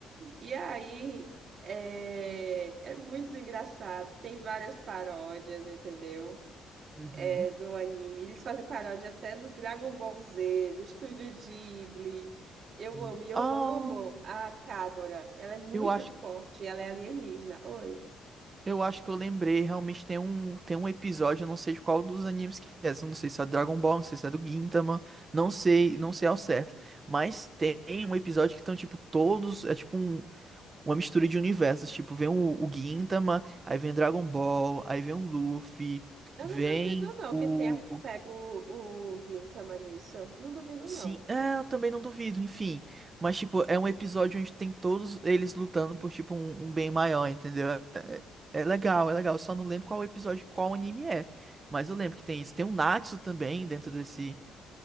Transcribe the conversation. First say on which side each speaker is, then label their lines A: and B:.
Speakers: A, on the right (about 55°); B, on the right (about 30°).
A: E aí é, é muito engraçado. Tem várias paródias, entendeu?
B: Uhum.
A: É, no anime. Eles fazem paródia até do Dragon Ball Z, do Estúdio Ghibli. Eu
B: Uhum.
A: amo, e eu
B: Ah,
A: amo a Kagura. Ela é muito
B: eu acho,
A: forte, ela é alienígena. Oi.
B: eu acho que eu lembrei. Realmente tem um, tem um episódio, eu não sei de qual dos animes que é. eu Não sei se é Dragon Ball, não sei se é do Gintama. Não sei, não sei ao certo. Mas tem um episódio que estão, tipo, todos. É tipo um. uma mistura de universos. Tipo, vem o, o Gintama, aí vem Dragon Ball, aí vem o Luffy,
A: Eu
B: vem
A: não duvido, não,
B: o.
A: que tenha
B: o-
A: pego o, o Gintama nisso. Não duvido,
B: Sim,
A: não.
B: é, eu também não duvido, enfim. Mas, tipo, é um episódio onde tem todos eles lutando por, tipo, um, um bem maior, entendeu? É, é- é legal, é legal. Eu só não lembro qual episódio, qual anime é. Mas eu lembro que tem isso. Tem um Natsu também dentro desse,